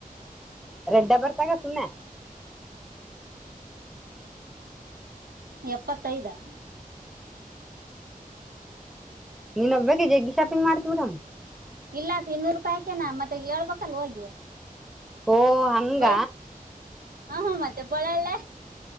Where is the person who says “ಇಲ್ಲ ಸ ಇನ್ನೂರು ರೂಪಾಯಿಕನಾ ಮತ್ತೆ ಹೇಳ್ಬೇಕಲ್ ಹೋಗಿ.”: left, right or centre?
Right